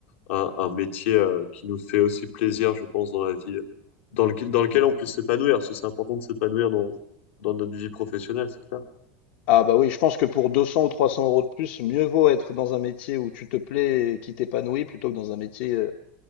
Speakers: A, on the left; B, on the left.
A: un, un métier euh, qui nous fait aussi plaisir, je pense, dans la vie, euh, dans lequel, dans lequel
B: Bon,
A: on puisse s'épanouir, parce que c'est important de s'épanouir dans, dans notre vie professionnelle, c'est clair.
B: ah bah oui, je pense que pour 200 ou 300 euros de plus, mieux vaut être dans un métier où tu te plais et qui t'épanouit plutôt que dans un métier euh,